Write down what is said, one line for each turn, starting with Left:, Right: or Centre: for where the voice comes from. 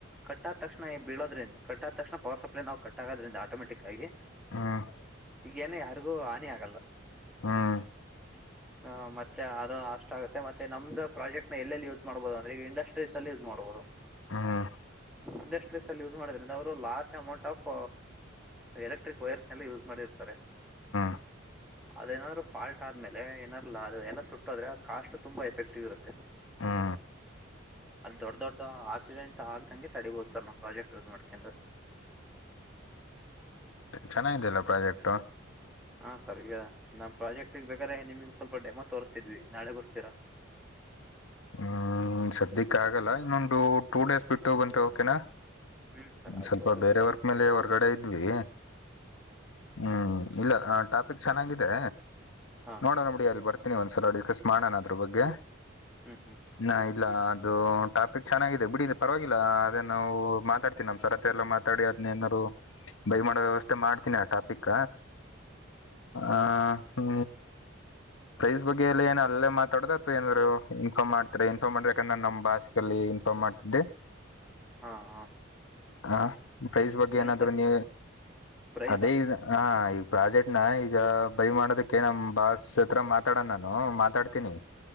Centre: ಕಟ್ಟಾದ ತಕ್ಷಣ ಏ ಬೀಳೋದ್ರಿಂದ ಕಟ್ಟ್ ಆದ ತಕ್ಷಣ ಪವರ್ ಸಪ್ಲೈ ನಾವು ಕಟ್ ಆಗೋದ್ರಿಂದ ಆಟೋಮೆಟಿಕ್ ಆಗಿ
Left: ಹ್ಮ್ ಹ್ಮ್
Centre: ಈಗೇನ ಯಾರಿಗೂ ಹಾನಿ ಆಗಲ್ಲ <inaudible>
Left: ಹ್ಮ್
Centre: ಹಾ ಮತ್ತೆ ಅದು ಅಷ್ಟ ಆಗುತ್ತೆ ಮತ್ತೆ ನಮ್ದ ಪ್ರಾಜೆಕ್ಟ್ ನ ಎಲ್ಲೆಲ್ಲಿ ಯೂಸ್ ಮಾಡ್ಬಹುದು ಅಂದ್ರೆಗ ಇಂಡಸ್ಟ್ರೀಸ್ ಅಲ್ಲಿ ಯೂಸ್ ಮಾಡ್ಬಹುದು
Left: ಹ್ಮ್
Centre: ಇಂಡಸ್ಟ್ರೀಸ್ ಅಲ್ಲಿ ಯೂಸ್ ಮಾಡೊದ್ರಿಂದ ಅವರು ಲಾರ್ಜ್ ಅಮೌಂಟ್ ಆಫ್ ಎಲೆಕ್ಟ್ರಿಕ್ ವೈರ್ಸ್ನೆಲ್ಲ ಯೂಸ್ ಮಾಡಿರ್ತಾರೆ
Left: <inaudible>
Centre: ಅದೇನಾದ್ರು ಫಾಲ್ಟ್ ಆದ್ಮೇಲೆ ಏನಾರ ಲಾ ಎಲ್ಲಾ ಸುಟ್ಟು ಹೋದರೆ ಕಾಸ್ಟ್ ತುಂಬಾ ಎಫೆಕ್ಟಿವ್ ಇರುತ್ತೆ.
Left: ಹಾ.
Centre: ಅದ್ ದೊಡ್ಡ ದೊಡ್ಡ ಆಕ್ಸಿಡೆಂಟ್ ಆಗ್ದಂಗೆ ತಡಿಬಹದು ಸರ್ ನಮ್ ಪ್ರಾಜೆಕ್ಟ್ ಯೂಸ್ ಮಾಡ್ಕೊಂಡ್
Left: ಚೆನ್ನಾಗಿ ಇದ್ಯಲ್ಲ ಪ್ರಾಜೆಕ್ಟು
Centre: ಹಾ ಸರ್ ಈಗ ನಮ್ಮ್ ಪ್ರಾಜೆಕ್ಟಗ್ ಬೇಕಾದ್ರೆ ನಿಮ್ಗ್ ಸ್ವಲ್ಪ ಡೆಮೊ ತೋರಿಸ್ತಿದ್ವಿ ನಾಳೆ ಬರ್ತೀರಾ
Left: ಹ್ಮಾ ಸದ್ಯಕ್ಕ ಆಗಲ್ಲ ಇನ್ನೊಂದು ಟೂ ಡೇಸ್ ಬಿಟ್ಟು ಬಂದ್ರೆ ಓಕೆನಾ.
Centre: ಹ್ಮ್ ಸರ್ ಆಯ್ತು
Left: ಸ್ವಲ್ಪ
Centre: ಓಕೆ
Left: ಬೇರೆ ವರ್ಕ್ ಮೇಲೆ ಹೊರ್ಗಡೆ ಇದ್ವೀ
Centre: ಓಹೋ.
Left: ಹ್ಮ್ ಇಲ್ಲಾ ಆ ಟಾಪಿಕ್ ಚೆನ್ನಾಗಿದೆ
Centre: ಹಾ.
Left: ನೋಡಣ ಬಿಡಿ ಅಲ್ಲಿಗ್ ಬರ್ತೀನಿ ಒಂದ್ಸಲ ಡಿಕಸ್ ಮಾಡಣ ಅದ್ರ ಬಗ್ಗೇ
Centre: ಹ್ಮ್ ಹ್ಮ್
Left: ಹಾ ಇಲ್ಲ ಅದು ಟಾಪಿಕ್ ಚೆನ್ನಾಗಿದೆ ಬಿಡಿ ಪರವಾಗಿಲ್ಲ ಅದೇ ನಾವು ಮಾತಾಡ್ತೀನಿ ನಮ್ ಸರ್ ಹತ್ರ ಎಲ್ಲ. ತಾಡಿ ಅದ್ನಯೇನಾರು. ಬೈ ಮಾಡೋ ವ್ಯವಸ್ಥೆ
Centre: ಹ್ಮ್
Left: ಮಾಡ್ತೀನಿ ಆ ಟಾಪಿಕ
Centre: ಹ್ಮ್
Left: ಆ ಹು. ಪ್ರೈಸ್ ಬಗ್ಗೆ ಎಲ್ಲ ಏನ ಅಲ್ಲೇ ಮಾತಾಡ್ದ ಅಥವಾ ಏನಾದ್ರು ಇನ್ಫಾಮ್ ಮಾಡ್ತ ಇನ್ಫಾರ್ಮ್ ಮಾಡ್ಬೇಕಂದ್ರ ನಮ್ಮ ಭಾಸ್ಕಲ್ಲಿ ಇನ್ಫಾರ್ಮ್ ಮಾಡ್ತಿದ್ದೆ.
Centre: ಹಾ ಹಾ
Left: ಹ ಪ್ರೈಸ್ ಬಗ್ಗೆ
Centre: ಏನು
Left: ಏನಾದ್ರು
Centre: ಸರ್
Left: ನೀ
Centre: ಪ್ರೈಸಾ
Left: ಅದೇ ಇದು. ಹ ಈಗ ಪ್ರಾಜೆಕ್ಟ್ ನ ಈಗ ಬೈ ಮಾಡೋದಕ್ಕೆ ನಮ್ಮ್ ಬಾಸ್ ಹತ್ರ ಮಾತಾಡೋಣ ನಾನು ಮಾತಾಡ್ತೀನಿ.